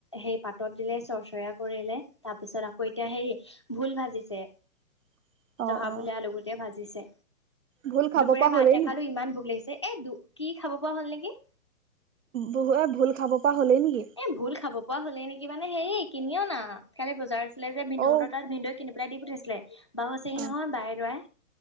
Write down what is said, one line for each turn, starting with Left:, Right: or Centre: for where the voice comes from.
Left: সেই পাতত দিলে চৰ্চয়া কৰিলে তাৰ পিছত আকৌ এতিয়া সেই ভোল ভাজিছে।
Right: <unintelligible>
Left: জহা
Right: অ
Left: ভোলে আলু গুটীয়া ভাজিছে।
Right: ভোল খাব
Left: দুপৰীয়া
Right: পৰা
Left: ভাত
Right: হ'লেই
Left: নাখালো
Right: নি
Left: ইমান ভোক লাগিছে এ দু কি খাব পৰা হ'ল নেকি।
Right: বহু এ ভোল খাব পৰা হ'লেই নেকি?
Left: এই ভুল খাব পৰা হ'লেই নেকি মানে হেৰি কিনি অনা কালি বজাৰ আছি। আছিলে যে বিন্ধুৰ
Right: অ
Left: তাত ভন্দু কিন পেলাই দি পঠিছিলে বাাৰু আছেহি
Right: অ
Left: নহয় বাইে লৰাই।